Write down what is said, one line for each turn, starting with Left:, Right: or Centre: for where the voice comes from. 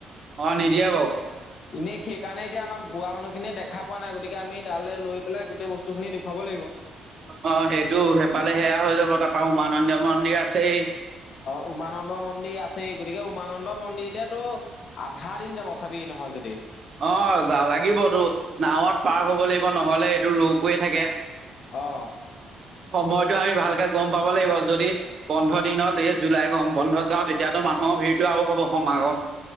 Right: অ', নিদিয়ে
Left: এনেই সেইকাৰণে এতিয়া আমাৰ
Right: <inaudible>
Left: বুঢ়া মানুহখিনিয়ে দেখা পোৱা নাই গতিকে আমি তালৈ লৈ পেলাই গোটেই বস্তুখিনি দেখুৱাব লাগিব।
Right: অঁ সেইটো সেইফালে সেয়া হৈ যাব, তাৰ পা উমানন্দ মন্দিৰ আছেই
Left: অ উমানন্দ মন্দিৰ আছে, গতিকে উ উমানন্দ মন্দিৰতেতো আধা দিন যাব, চাবি নহয় যদি।
Right: অঁ লাগিবতো, নাৱত পাৰ হ'ব লাগিব নহলে এইটো ৰৌ কৰি থাকে।
Left: অঁ।
Right: সময়তো আমি ভালকে গম পাব লাগিব, যদি বন্ধৰ দিনত এই জুলাই গম বন্ধত যাওঁ তেতিয়াতো মানুহৰ ভিৰটো আৰু হ'ব সমাগম।